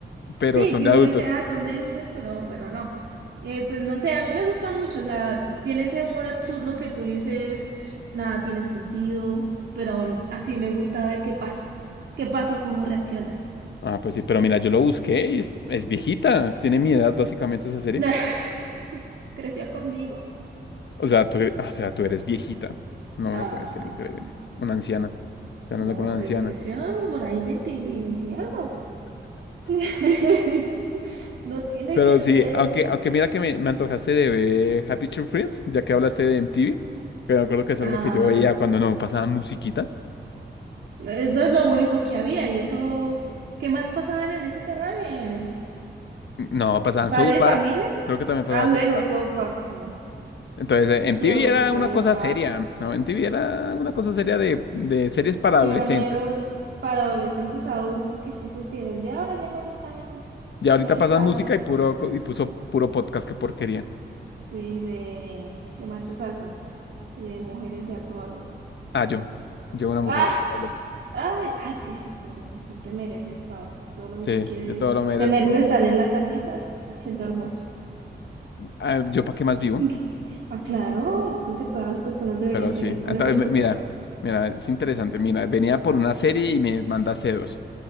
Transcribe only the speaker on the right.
sí,
que
uno
dice, ah, son de niños, pero, pero no. Eh, pues no sé, a mí me gusta mucho, o sea, tiene ese humor absurdo que tú dices, nada tiene sentido, pero aún así me gusta ver qué pasa, qué pasa, o cómo reacciona.
<laughs> Creció conmigo.
Ah.
no.
Eh,
No,
pues
creció por ahí 20 y 20 y algo. <laughs> No tiene
que
ser.
Ah,
eso es lo único que había. ¿Y eso qué más pasaban en ese canal? eh?
¿Padre
de
familia?
Ah, bueno,
South Park, sí.
Yo
quiero ver
South
Park.
Pioneros
para adolescentes adultos que sí supieron. Ya ahora ya no le saben.
Ya no le
saben.
Sí, de, de machos alfas y de mujeres de alto valor.
<laughs>
Ay, ah, sí, sí, tú eres, tú te mereces estar tú solo
quieres,
te mereces estar en la casita siendo hermoso.
<laughs> Ah, claro, creo que todas las personas deberían
venir con
ese propósito.